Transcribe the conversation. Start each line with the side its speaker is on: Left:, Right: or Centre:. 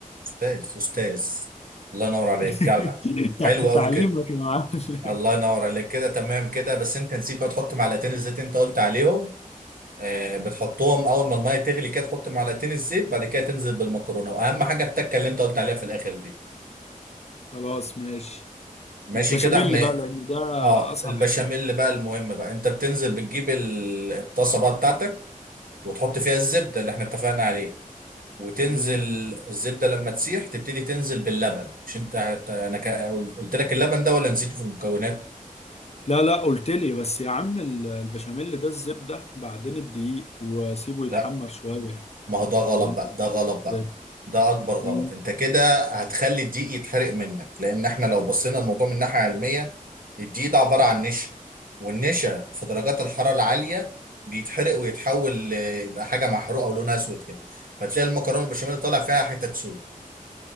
Right: استاذ استاذ الله ينور عليك
Left: <laughs>
Right: جدع حلو
Left: تع-
Right: قوي
Left: تعليمك
Right: كده
Left: يا معلم <laughs>
Right: الله ينور عليك كده تمام كده بس انت نسيت بقى تحط معلقتين الزيت انت قلت عليهم آه بتحطهم اول ما الميه تغلي كده تحط معلقتين الزيت بعد كده تنزل بالمكرونه واهم حاجه التكه اللي انت قلت عليها في الاخر دي
Left: خلاص ماشي
Right: ماشي
Left: البشاميل
Right: كده احنا إيه؟
Left: بقى لان ده
Right: اه
Left: اصعب
Right: البشاميل
Left: حاجه
Right: بقى المهم بقى انت بتنزل بتجيب ال- الطاسه بقى بتاعتك وتحط فيها الزبدة اللي احنا اتفقنا عليه وتنزل
Left: تمام
Right: الزبدة لما تسيح تبتدي تنزل باللبن مش انت هت... انا ك... قلت لك اللبن ده ولا نسيته في المكونات
Left: لا لا قلت لي بس يا عم ال- البشاميل ده الزبده بعدين الدقيق وسيبه يتحمر
Right: لا
Left: شويه
Right: ما هو ده غلط
Left: ولا انت
Right: بقى
Left: بتعمله
Right: ده غلط
Left: ازاي
Right: بقى ده اكبر غلط
Left: مم.
Right: انت كده هتخلي الدقيق يتحرق منك لان احنا لو بصينا الموضوع من ناحية علمية الدقيق ده عبارة عن نشا والنشا في درجات الحرارة العالية بيتحرق ويتحول ل- يبقى حاجة محروقة ولونها اسود كده فتلاقي المكرونة البشاميل طالع فيها حتت سود